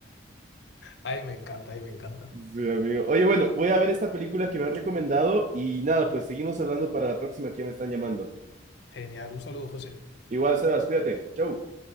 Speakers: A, on the left (about 65°); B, on the right (about 40°).
A: Ay, me encanta, ay, me encanta.
B: Sí, amigo. Oye, bueno, voy a ver esta película que me han recomendado y nada, pues seguimos hablando para la próxima que me están llamando.
A: Genial, un saludo, José.
B: Igual, Sebas, cuídate. Chau.